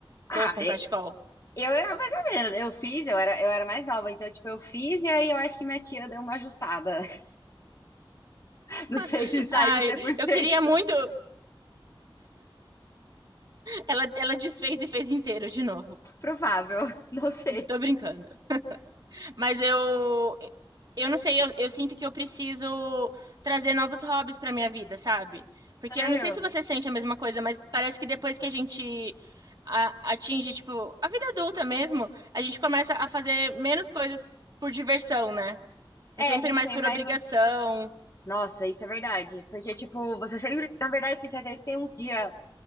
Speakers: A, on the left (about 35°); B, on the right (about 50°).
A: Ah,
B: touca, com
A: e-
B: cachecol.
A: eu era mais ou menos. Eu fiz, eu era, eu era mais nova, então, tipo, eu fiz, e aí eu acho que minha tia deu uma ajustada. <laughs> Não sei
B: <laughs>
A: se saiu
B: Ai,
A: cem por cento.
B: eu queria muito. Ela, ela desfez e fez inteiro de novo.
A: Provável, <laughs> não sei.
B: Tô brincando. Mas eu, eu não sei, eu, eu sinto que eu preciso trazer novos hobbies pra minha vida, sabe? Porque
A: Sério?
B: eu não sei se você sente a mesma coisa, mas parece que depois que a gente a- atinge, tipo, a vida adulta mesmo, a gente começa a fazer menos coisas por diversão, né?
A: É,
B: É sempre
A: a gente
B: mais
A: tem
B: por
A: mais.
B: obrigação.
A: o- Nossa, isso é verdade. Porque, tipo, você sempre, na verdade, você sempre tem um dia